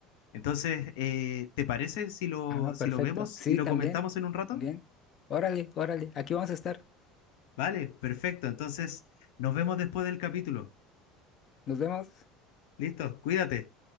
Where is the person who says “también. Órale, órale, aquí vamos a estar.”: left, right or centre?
Left